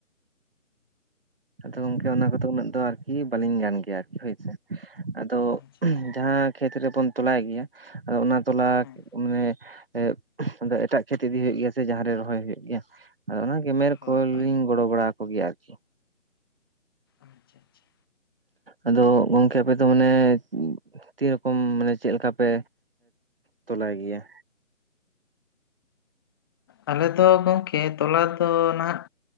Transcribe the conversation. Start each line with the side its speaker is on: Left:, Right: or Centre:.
Right: ᱟᱫᱚ ᱜᱚᱝᱠᱮ ᱚᱱᱟ ᱠᱚᱫᱚ ᱩᱱᱟᱹᱜ ᱫᱚ ᱟᱨᱠᱤ ᱵᱟᱹᱞᱤᱧ ᱜᱟᱱ ᱜᱮᱭᱟ ᱟᱨᱠᱤ ᱦᱳᱭᱥᱮ᱾ ᱟᱫᱚ
Left: ᱟᱪᱪᱷᱟ ᱟᱪᱪᱷᱟ
Right: ᱡᱟᱦᱟᱸ ᱠᱷᱮᱛ ᱨᱮᱵᱚᱱ ᱛᱚᱞᱟᱭ ᱜᱮᱭᱟ, ᱟᱫᱚ ᱚᱱᱟ ᱛᱚᱞᱟ
Left: ᱦᱮᱸ
Right: ᱢᱟᱱᱮ ᱮ ᱟᱫᱚ ᱮᱴᱟᱜ ᱠᱷᱮᱛ ᱤᱫᱤ ᱦᱩᱭᱩᱜ ᱜᱮᱭᱟ ᱥᱮ ᱡᱟᱦᱟᱸᱨᱮ ᱨᱚᱦᱚᱭ ᱦᱩᱭᱩᱜ ᱜᱮᱭᱟ᱾ ᱟᱨ ᱚᱱᱟ ᱜᱮᱢᱮᱨ
Left: ᱦᱳᱭ
Right: ᱠᱚᱞᱤᱧ
Left: ᱦᱳᱭ
Right: ᱜᱚᱲᱚ ᱵᱟᱲᱟ ᱟᱠᱚ ᱜᱮᱭᱟ ᱟᱨᱠᱤ᱾
Left: ᱟᱪᱪᱷᱟ ᱟᱪᱪᱷᱟ᱾
Right: ᱟᱫᱚ ᱜᱚᱝᱠᱮ ᱟᱯᱮ ᱫᱚ ᱢᱟᱱᱮ ᱛᱤ ᱨᱚᱠᱚᱢ ᱢᱟᱱᱮ ᱪᱮᱱ ᱞᱮᱠᱟ ᱯᱮ ᱛᱚᱞᱟᱭ ᱜᱮᱭᱟ᱾
Left: ᱟᱞᱮ ᱫᱚ ᱜᱚᱝᱠᱮ ᱛᱚᱞᱟ ᱫᱚ ᱱᱟᱦᱟᱜ